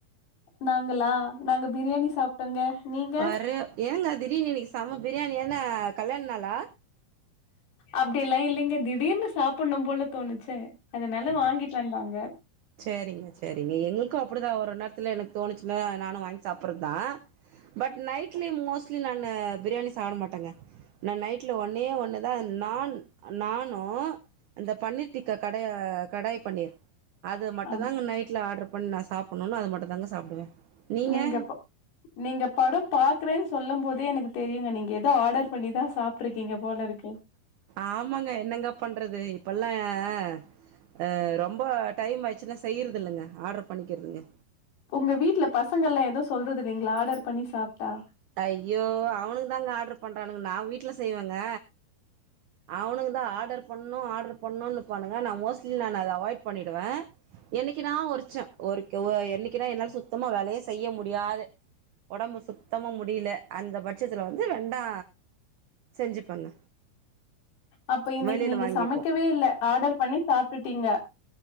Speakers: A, on the left; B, on the right.
A: நாங்களா நாங்க பிரியாணி சாப்ட்டோங்க நீங்க
B: வரு ஏங்க திடீன் இன்னிக் செம பிரியாணி என்ன கல்யாண் நாளா
A: அப்டியெல்லா இல்லிங்க திடீர்னு சாப்புண்ணும் போல தோணுச்சே அதனால வாங்கிட் வேண்டாங்க
B: ச்சேரிங்க ச்செரிங்க எங்கள்க்கு அப்டிதா ஒரொர் நேர்த்துல எனக் தோணிச்சுல்லா நானு வாய் சாப்புற்தா பட் நைட்லி மோஸ்லி நானு பிரியாணி சாப்ட மாட்டங்க நா நைட்ல ஒன்னே ஒண்ணுதான் நான் நானு அந்த பன்னீர் டிக்கா கடய கடாய் பன்னீர் அது மட்டுதாங்க
A: ஆம்
B: நைட்ல ஆட்ரு பண் நா சாப்புணுன் அத மட்டு தாங்க சாப்டுவே நீங்க
A: நீங்கப்பொ நீங்க படம் பாக்றேன் சொல்லும் போதே எனக்கு தெரியுங்க நிங்க ஏதோ ஆடர் பண்ணிதா சாப்ட்ருக்கீங்க போல இருக்கு
B: ஆமாங்க என்னங்க பண்றது இப்பல்லா ஏஏ ஆ ரொம்ப டைம் ஆய்ச்சுன்னா செய்யிறதில்லங்க ஆர்ரு பண்ணிக்கிற்துங்க
A: உங்க வீட்ல பசங்கள்ல்லா எதோ சொல்றுது இல்லிங்லா ஆடர் பண்ணி சாப்ட்டா
B: டையோ அவனுங் தாங்க ஆர்டர் பண்றானுங்கு நா வீட்ல செய்வேங்க அவ்னுங் தா ஆடர் பண்ணணு ஆடர் பண்ணணுன் நிப்பானுங்க நா மோஸ்லி நா அத அவாய் பண்ணிடுவே என்னிக்கினா ஒர்ச்சோ ஒர்க்கெவோ என்னிக்கினா என்னால் சுத்தமா வேலையே செய்ய முடியாது ஒடம்பு சுத்தமா முடிலே அந்த பச்சத்துல வந்து வெண்டா செஞ்சுப்பங்க
A: அப்ப இன்னக்கி
B: வெளியில
A: நீங்க
B: வாங்கிப்போ
A: சமைக்கவே இல்லா ஆர்டர் பண்ணி சாப்ட்டுட்டீங்க